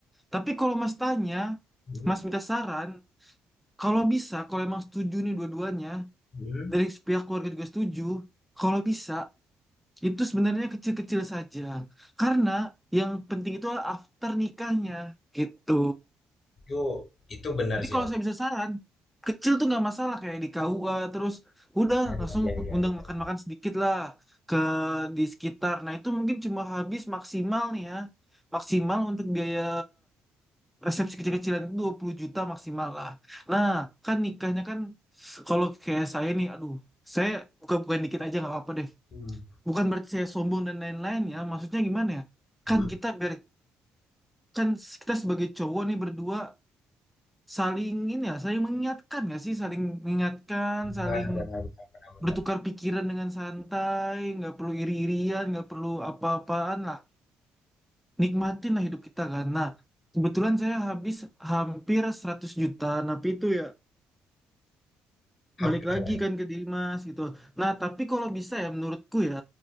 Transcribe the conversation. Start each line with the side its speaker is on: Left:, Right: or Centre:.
Centre: Tapi kalau Mas tanya,
Left: Hmm,
Centre: Mas minta saran, kalau bisa, kalau emang setuju nih dua-duanya,
Left: hmm.
Centre: dari pihak keluarga juga setuju, kalau bisa, itu sebenarnya kecil-kecil saja. Karena yang penting itu adalah after nikahnya, gitu.
Left: Itu itu benar
Centre: Jadi
Left: sih.
Centre: kalau
Left: Ya,
Centre: saya bisa saran, kecil tuh nggak masalah kayak di KUA terus udah
Left: ya,
Centre: langsung
Left: ya, ya,
Centre: undang
Left: ya, ya.
Centre: makan-makan sedikit lah ke di sekitar. Nah itu mungkin cuma habis maksimal nih ya, maksimal untuk biaya resepsi kecil-kecilan itu 20 juta maksimal lah. Nah kan nikahnya kan kalau kayak saya nih, aduh saya buka-bukaan dikit aja nggak apa-apa deh.
Left: Hmm.
Centre: Bukan berarti saya sombong dan lain-lain ya, maksudnya gimana ya? Kan
Left: Hmm.
Centre: kita ber kan kita sebagai cowok nih berdua saling ini ya, saling mengingatkan nggak sih? Saling mengingatkan,
Left: Benar,
Centre: saling
Left: benar, benar, benar, benar.
Centre: bertukar pikiran dengan santai, nggak perlu iri-irian, nggak perlu apa-apaan lah. Nikmatin lah hidup kita kan. Nah, kebetulan saya habis hampir 100 juta, tapi itu ya
Left: Hampir.
Centre: balik lagi
Left: ya.
Centre: kan ke diri mas gitu. Nah, tapi kalau bisa ya menurutku ya,